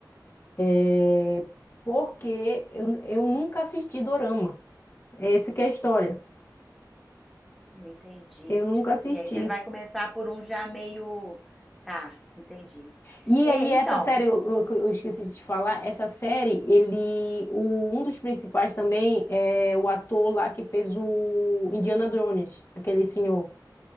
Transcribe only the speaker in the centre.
Eu entendi.
Tipo assim,
aí você vai começar por um já meio. Tá, entendi.
É,
então,